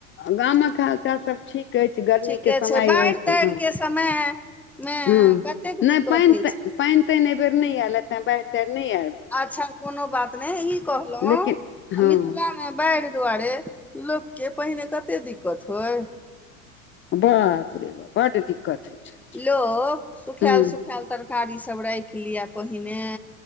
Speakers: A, on the left (about 30°); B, in the centre.
A: गामक हाल-चाल सब ठीक ऐछ, गर्मी
B: ठीके
A: के समय
B: छै बाढ़ि
A: ऐछ,
B: ताढ़ि
A: हां।
B: के समय मे
A: हां
B: कतेक
A: नै
B: दिक्कत
A: पैन
B: होइ
A: तैन
B: छै
A: पैन तैन ए बेर नै ऐल यै तै बाएढ़ ताएर नै ऐल
B: अच्छा कोनो बात नै ई कहलौ
A: लेकिन हँ
B: मिथिला मे बाएढ़ दुआरे लोक के पहिने कते दिक्कत होय।
A: बाप रे बाप बड दिक्कत होइ छलै
B: लोक सुखैल
A: हूँ
B: सुखैल तरकारीसब राखि लिअ पहिने।